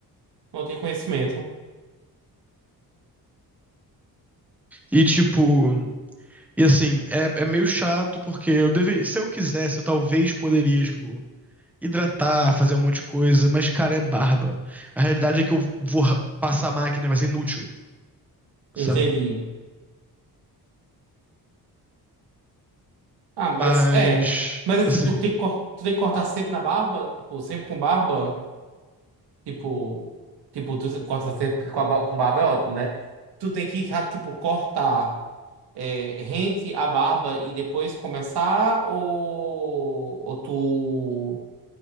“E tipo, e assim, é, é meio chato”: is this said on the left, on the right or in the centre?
Centre